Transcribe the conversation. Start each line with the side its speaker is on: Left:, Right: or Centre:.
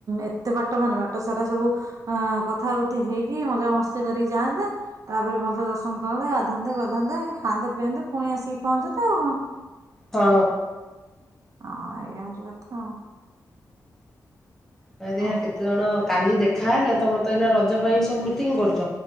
Right: ଏତେ ବାଟ ମାନେ ବାଟ ସାରା ସବୁ କଥା କୁଥି ହେଇକି ମଜା ମସ୍ତି କରିକି ଯାଆନ୍ତେ ତାପରେ ଭଲସେ ଦର୍ଶନ କରନ୍ତେ ଗାଧାନ୍ତେ ପାଧାନ୍ତେ ଖାଆନ୍ତେ ପିଅନ୍ତେ ପୁଣି ଆସିକି ପହଞ୍ଚତେ ଆଉ କଣ।
Centre: ହଁ।
Right: ହଁ ଏୟା ହଉଛି କଥା ଆଉ।
Centre: ଆ ଦେଖିଆ
Right: ହଁ
Centre: କେତେ ଜଣ କାଲି ଦେଖା ହେଲେ ତମ ଏଇଟା ରଜ ପାଇଁ ସବୁ ମିଟିଂ କରୁଛ।